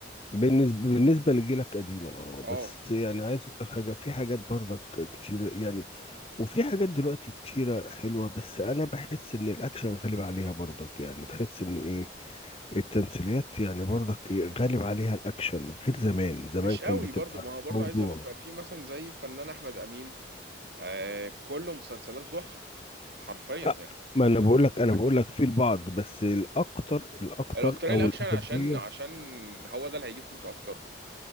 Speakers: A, on the left; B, on the right.
A: بالنسبه بالنسبه لجيلك قديمه اه
B: اه
A: بس يعني عايز اقول لك حاجه في حاجات برضك كتير يعني وفي حاجات دلوقتي كتيره حلوه بس انا بحس ان الاكشن غالب عليها برضك يعني تحس ان ايه التمثيليات يعني برضك ايه غالب عليها الاكشن غير زمان زمان
B: مش
A: كان
B: قوي
A: بتبقى
B: برضو ما هو برضو
A: موضوع
B: عايز اقول لك بقى في مثلا زي الفنان احمد امين آه كل مسلسلاته تحفه حرفيا
A: لا
B: يعني
A: ما
B: مفيش
A: انا بقول
B: مسلسل
A: لك انا
B: واحد
A: بقول لك في البعض بس الاكتر الاكتر
B: الاكتريه
A: او
B: الاكشن
A: الاغلبيه
B: عشان عشان هو ده اللي هيجيب فلوس اكتر